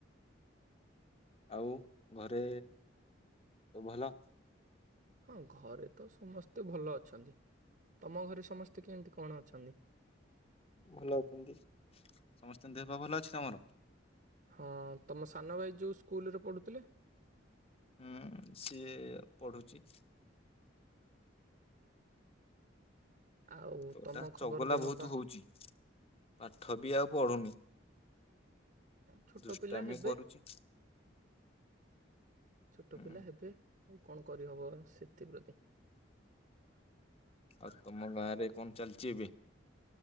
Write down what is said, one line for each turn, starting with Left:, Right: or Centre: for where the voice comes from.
Left: ଆଉ ଘରେ ସବୁ ଭଲ?
Right: ହଁ ଘରେ ତ ସମସ୍ତେ ଭଲ ଅଛନ୍ତି, ତମ ଘରେ ସମସ୍ତେ କେମିତି କଣ ଅଛନ୍ତି?
Left: ଭଲ ଅଛନ୍ତି, ସମସ୍ତଙ୍କ ଦେହ ପା ଭଲ ଅଛି ତମର?
Right: ହଁ ତମ ସାନ ଭାଇ ଯେଉଁ ସ୍କୁଲରେ ପଢ଼ୁଥିଲେ।
Left: ହୁଁ ସିଏ ପଢୁଛି।
Right: ଆଉ
Left: ଛୁଆଟା
Right: ତମ
Left: ଚଗଲା
Right: ଖବର ଦେହ
Left: ବହୁତ
Right: ପା?
Left: ହଉଛି। ପାଠ ବି ଆଉ ପଢୁନି
Right: ଛୋଟ
Left: ଦୁଷ୍ଟାମି
Right: ପିଲା ହେବେ
Left: କରୁଛି।
Right: ଛୋଟ
Left: ହୁଁ
Right: ପିଲା ହେବେ ଆଉ କଣ କରିହବ ସେଥିପ୍ରତି।
Left: ଆଉ ତମ ଗାଁରେ କଣ ଚାଲିଛି ଏବେ?